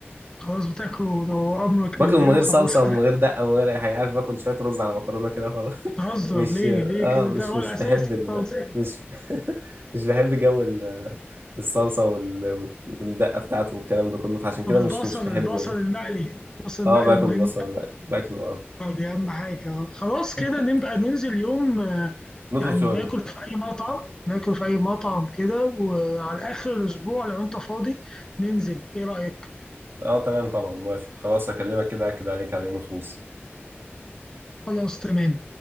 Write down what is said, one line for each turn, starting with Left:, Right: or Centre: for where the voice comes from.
Left: خلاص بتاكله وامرك
Right: باكله
Left: لله
Right: من غير
Left: وخلاص
Right: صلصه
Left: <laughs>
Right: ومن غير دقه ومن غير اي حاجه عارف باكل شويه رز على مكرونه كده خلاص
Left: بتهزر
Right: <laughs> مش
Left: ليه ليه
Right: اه
Left: كده
Right: مش
Left: ده هو
Right: مش
Left: الاساس
Right: بحب ال...
Left: طب
Right: مش <laughs> مش بحب جو ال... الصلصه وال... والدقه بتاعته والكلام ده كله فعشان كده
Left: طب البصل
Right: مش مش بحبه
Left: البصل
Right: يعني
Left: المقلي البصل المقلي
Right: اه باكل
Left: مهم
Right: بصل باكله اه
Left: آه، دي أهم حاجة آه. خلاص
Right: <laughs>
Left: كده نبقى ننزل يوم آه،
Right: نطلب
Left: يعني
Right: شاورما
Left: ناكل في أي مطعم ناكل في أي مطعم كده وعلى آخر الأسبوع لو أنت فاضي ننزل إيه رأيك؟
Right: اه تمام طبعا موافق خلاص اكلمك كده اكد عليك على يوم الخميس
Left: خلاص تمام